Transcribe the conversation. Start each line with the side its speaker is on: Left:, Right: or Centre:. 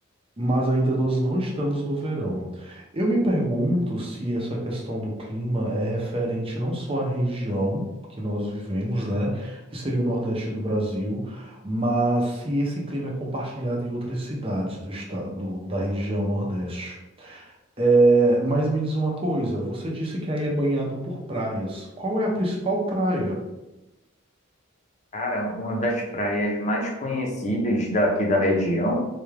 Right: mas ainda nós não estamos no verão. Eu me pergunto se essa questão do clima é referente não só à região que nós vivemos, né, que seria o Nordeste do Brasil, mas se esse clima é compartilhado em outras cidades do estado, da região Nordeste. É, mas me diz uma coisa, você disse que aí é banhado por praias. Qual é a principal praia?
Left: Cara, uma das praias mais conhecidas daqui da região